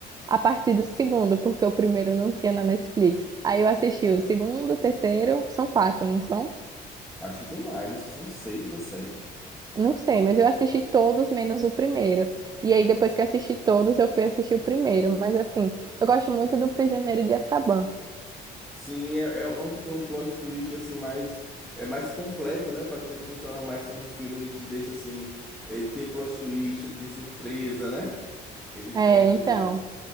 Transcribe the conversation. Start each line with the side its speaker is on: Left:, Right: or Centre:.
Right: a partir do segundo, porque o primeiro não tinha na Netflix. Aí eu assisti o segundo, o terceiro, são quatro, não são?
Centre: Acho que tem mais, acho que são seis ou sete.
Right: Não sei, mas eu assisti todos menos o primeiro. E aí, depois que eu assisti todos, eu fui assistir o primeiro. Mas assim, eu gosto muito do Prisioneiro de Azkaban.
Centre: Sim, é, é um que tem um plot twist assim mais... É mais completo, né? Parece que ele funciona mais como um filme, ele te deixa assim... Ele tem plot twist, ele tem surpresa, né? Ele
Right: É,
Centre: tem.
Right: então.